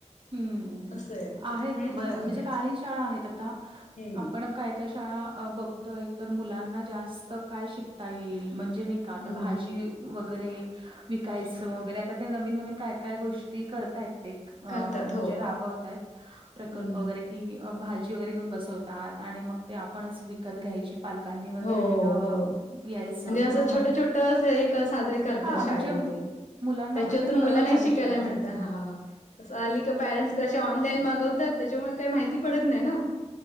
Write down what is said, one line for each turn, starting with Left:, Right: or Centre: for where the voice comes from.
Right: हम्म
Left: असं आहे त्याच्यामुळे
Right: आहेत ब
Left: चालेल.
Right: म्हणजे काही शाळा आहेत आता
Left: हम्म
Right: आपण काय काय शाळा. अ बघतोय तर मुलांना जास्त काय शिकता येईल म्हणजे नाही का आता
Left: हम्म
Right: भाजी वगैरे विकायचं
Left: हम्म
Right: वगैरे आता ते नवीन नवीन काय काय गोष्टी करताय ते अ
Left: करतात
Right: म्हणजे
Left: हो
Right: राबवत आहेत प्रकल्प
Left: हम्म.
Right: वगैरे की भाजी वगैरे घेऊन बसवतात आणि मग ते आपणच विकत घ्यायची पालकांनी वगैरे
Left: हो
Right: तिथं
Left: हो
Right: यायचं
Left: म्हणजे असं
Right: किंवा मग
Left: छोटं साजरे करतात
Right: हां,
Left: शाळेमध्ये
Right: म्हणजे मुलांना
Left: त्याच्यातून
Right: पण ते कळलं
Left: मुलांनाही
Right: पाहिजे.
Left: शिकायला मिळत हा तं आली का पॅरेंट्स कसेा ऑनलाईन मागवतात त्याच्यामुळे काही माहिती पडत नाही ना